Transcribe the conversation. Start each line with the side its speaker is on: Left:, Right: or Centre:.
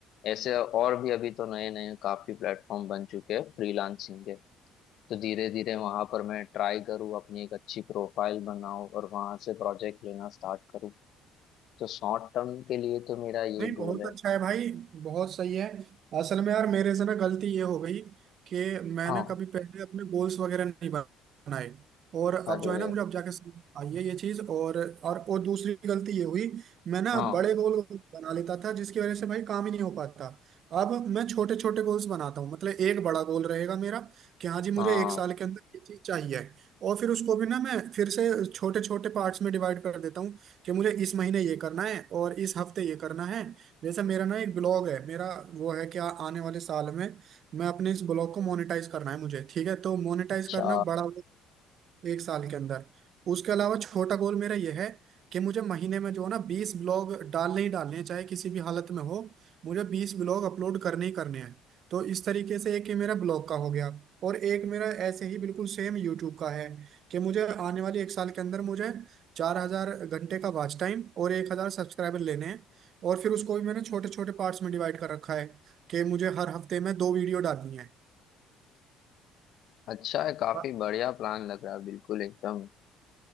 Left: ऐसे और भी अभी तो नए नए काफी प्लेटफॉर्म बन चुके हैं फ्रीलांसिंग के तो धीरे धीरे वहां पर मैं ट्राई करूँ अपनी एक अच्छी प्रोफाइल बनाऊं और वहां से प्रोजेक्ट लेना स्टार्ट करूँ तो शॉर्ट टर्म के लिए तो मेरा ये
Right: नहीं बहुत
Left: गोल है
Right: अच्छा है भाई बहुत सही है असल में यार मेरे से ना गलती ये हो गई कि मैंने
Left: हाँ
Right: कभी पहले अपने गोल्स वगैरह नहीं बनाए और
Left: अरे
Right: अब जो है ना मुझे अब जाके समझ आई है ये चीज और और और दूसरी गलती ये हुई मैं ना
Left: हाँ
Right: बड़े गोल बना लेता था जिसकी वजह से भाई काम ही नहीं हो पाता अब मैं छोटे छोटे गोल्स बनाता हूँ मतलब एक बड़ा गोल रहेगा मेरा कि हाँ जी मुझे
Left: हाँ
Right: एक साल के अंदर ये चीज चाहिए और फिर उसको भी ना मैं फिर से छोटे छोटे पार्ट्स में डिवाइड कर देता हूँ कि मुझे इस महीने ये करना है और इस हफ्ते ये करना है जैसे मेरा ना एक ब्लॉग है मेरा वो है कि आ, आने वाले साल में मैं अपने इस ब्लॉग को मोनेटाइज करना है मुझे ठीक है तो मोनेटाइज
Left: अच्छा
Right: करना बड़ा एक साल के अंदर उसके अलावा छोटा गोल मेरा यह है कि मुझे महीने में जो है ना बीस ब्लॉग डालने ही डालने हैं चाहे किसी भी हालत में हो मुझे बीस ब्लॉग अपलोड करने ही करने हैं तो इस तरीके से एक ये मेरा ब्लॉग का हो गया और एक मेरा ऐसे ही बिल्कुल सेम यूट्यूब का है कि मुझे आने वाले एक साल के अंदर मुझे चार हजार घंटे का वॉच टाइम और एक हजार सब्सक्राइबर लेने हैं और फिर उसको भी मैंने छोटे छोटे पार्ट्स में डिवाइड कर रखा है कि मुझे हर हफ्ते में दो वीडियो डालनी है
Left: अच्छा है काफी
Right: वाह,
Left: बढ़िया प्लान लग रहा है बिल्कुल एकदम